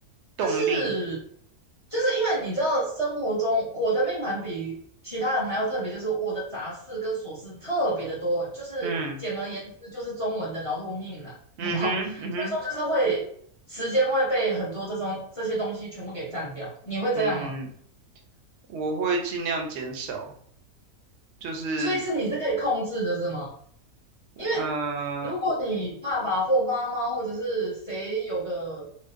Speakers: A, on the right; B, on the left.
A: 动力？
B: 就是就是因为你知道，生活中我的命盘比其他人还要特别，就是我的杂事跟琐事特别的多，就是简而言之，
A: 嗯
B: 就是中文的劳碌命了，
A: 嗯哼嗯哼
B: 好不好？<laughs> 所以说就是会时间会被很多这种这些东西全部给占掉，你会这样吗？
A: 嗯，我会尽量减少，就是
B: 所以是你是可以控制的，是吗？因为如果你爸爸或妈妈或者是谁有个
A: 呃，我